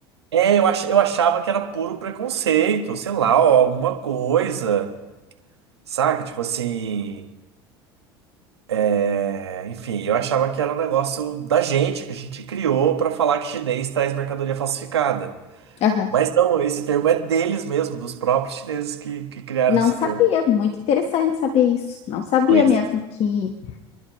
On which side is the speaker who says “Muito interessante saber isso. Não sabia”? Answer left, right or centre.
Left